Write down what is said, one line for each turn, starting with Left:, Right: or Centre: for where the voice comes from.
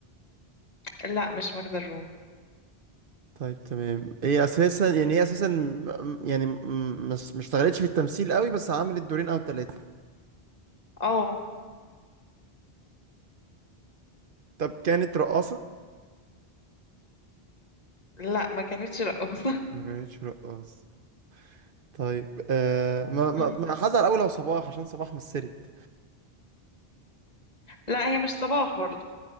Left: لا مش ماجدة الرومي
Right: طيب تمام هي اساسا يعني هي اساسا م- يعني م- مش مش اشتغلتش في التمثيل قوي بس عملت دورين او ثلاثة
Left: اه
Right: طب كانت رقاصة
Left: لا ما كانتش رقاصة
Right: ما كانتش رقاصة طيب آه ما ما
Left: <laughs> مم.
Right: ما حذر قوي لو صباح عشان صباح مثلت
Left: لا هي مش صباح برضو